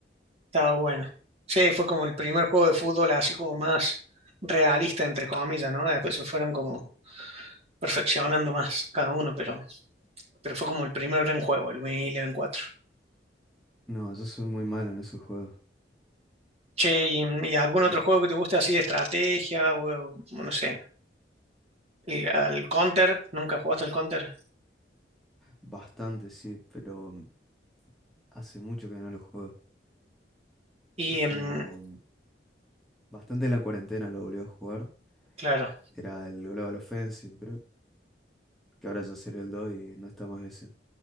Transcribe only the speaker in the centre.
No, yo soy muy malo en esos juegos.
Mm,
Bastante, sí, pero mm, hace mucho que no lo juego.
Es
como mm, bastante en la cuarentena lo volví a jugar.
Era el Global Offensive, creo. Que ahora ya sería el 2 y no está más ese.